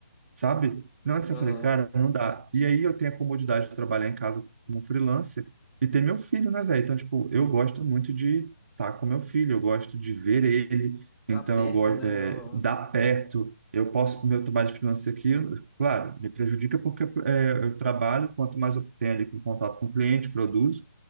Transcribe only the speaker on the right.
sabe? Não, assim,
eu falei, cara, não dá. E aí eu tenho a comodidade de trabalhar em casa como freelancer e ter meu filho, né, velho? Então, tipo, eu gosto muito de estar com meu filho, eu gosto de ver ele,
então
eu gosto,
é,
dar perto. Eu posso comer o meu trabalho de freelancer aqui, eu- claro, me prejudica porque é, eu trabalho, quanto mais eu tenho ali com contato com o cliente, produzo,